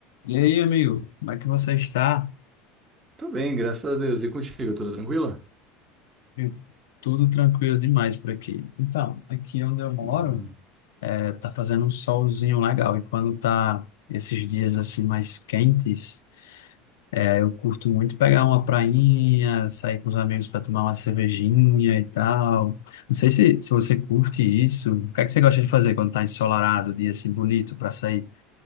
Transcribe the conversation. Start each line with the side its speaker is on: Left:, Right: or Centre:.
Left: E aí, amigo, como é que você está?
Right: Tô bem, graças a Deus. E contigo, tudo tranquilo?
Left: Viu? Tudo tranquilo demais por aqui. Então, aqui onde eu moro,
Right: Bom,
Left: é, tá fazendo um solzinho legal. E quando tá esses dias assim mais quentes, é, eu curto muito pegar uma prainha, sair com os amigos para tomar uma cervejinha e tal. Não sei se, se você curte isso. O que é que você gosta de fazer quando tá ensolarado, dia assim bonito para sair?